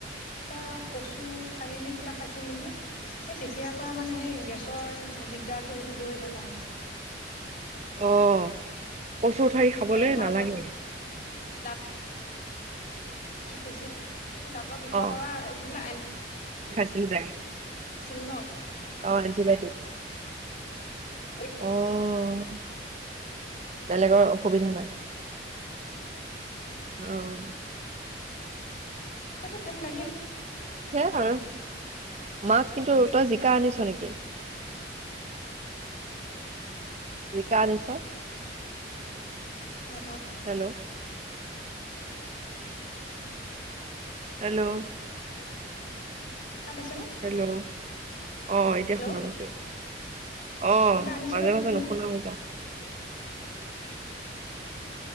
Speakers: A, on the left; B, on the right.
A: কিবা কচু ঠাৰি নে কিবা খাইছিল নেকি? সেই তেতিয়াৰ পৰা মানে সেই গেছৰ দিগদাৰটো সেইটো হৈয়ে থাকা হৈছে।
B: অ' কচুৰ ঠাৰি খাবলৈ
A: এই মাজত
B: নালাগে।
A: দাঁত বিষ হৈছিল দাঁতৰ বিষৰ
B: অ'
A: পৰা যিবিলাক এন
B: <unintelligible>
A: চিমন'
B: অ' এণ্টিবায়টিক।
A: সেইটো
B: অ' বেলেগৰ অসুবিধা নাই। অ'।
A: সেইটো টাইম লাগিব।
B: সেয়া
A: ভাত
B: আৰু মাক কিন্তু তই জিকা আনিছ নেকি? জিকা আনিছ?
A: ভাতৰ
B: হেল্ল' হেল্ল'
A: শুনা পাইছানে
B: হেল্ল'। অ' এতিয়া
A: হেল্ল'
B: শুনা পাইছো। অ
A: কিবা আনিছনে
B: মাজে
A: টিফিনত
B: মাজে নুশুনা হৈ যাওঁ।